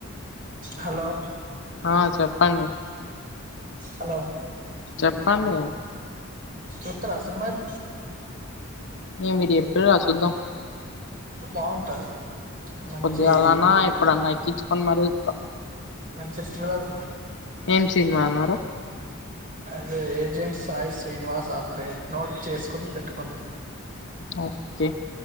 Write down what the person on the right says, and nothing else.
హలో
హలో
చూత్తరా సినిమలు
బాగుంటది మంచి
మంచి థ్రిల్లర్ మూవీ
అదే ఏజెంట్ సాయి శ్రీనివాస్ ఆత్రేయ నోట్ చేసుకోని పెట్టుకోండి